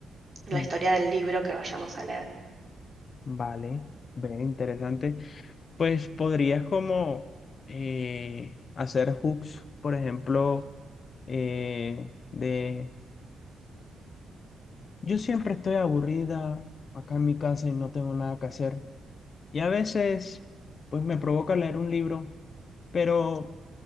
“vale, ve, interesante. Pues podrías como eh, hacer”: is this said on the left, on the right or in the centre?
Left